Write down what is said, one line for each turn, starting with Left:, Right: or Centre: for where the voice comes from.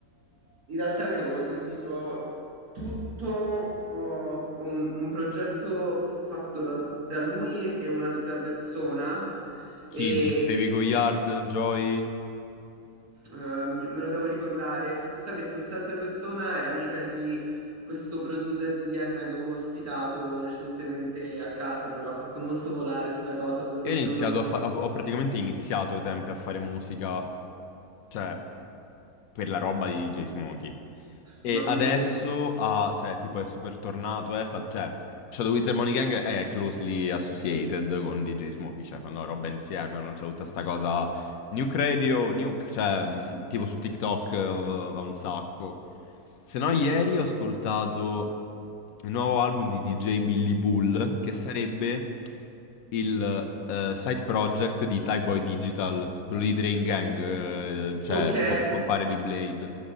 Right: in realtà che avevo sentito tutto eh, un, un progetto fatto da, da lui e un'altra persona
Left: Chi?
Right: e
Left: Ba- Baby Goyard, Joy?
Right: eh, me me lo devo ricordare. Fatto sta che quest'altra persona era amica di questo producer di Vienna che avevo ospitato recentemente a casa, mi aveva fatto molto volare sta cosa, te lo
Left: Io ho
Right: giuro.
Left: iniziato a fa- ho ho praticamente iniziato ai tempi a fare musica, cioè, per la roba di DJ Smokey. E
Right: Mamma
Left: adesso
Right: mia. di-
Left: ha, cioè, tipo è super tornato, eh, fa- cioè, Shadow Wizard Money Gang è closely associated con DJ Smokey, cioè fanno la roba insieme, non c'è tutta sta cosa Nuke Radio, Nuke, cioè, mh, tipo su TikTok eh, va un sacco. Se no, ieri ho ascoltato il nuovo album di DJ Billy Bull, che sarebbe il eh, side project di Tyboy Digital, quello di Drain Gang, eh, cioè,
Right: Ok,
Left: co- compare di Blade.